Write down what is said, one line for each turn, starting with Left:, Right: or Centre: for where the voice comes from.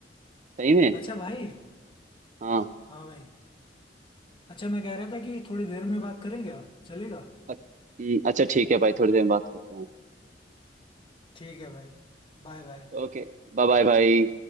Right: सही में
Left: अच्छा भाई
Right: हाँ
Left: हाँ भाई अच्छा मैं कह रहा था कि थोड़ी देर में बात करें क्या चलेगा
Right: अ- हम्म, अच्छा ठीक है भाई थोड़ी देर में बात करते हैं
Left: ठीक है भाई बाय बाय
Right: ओके बाय बाय भाई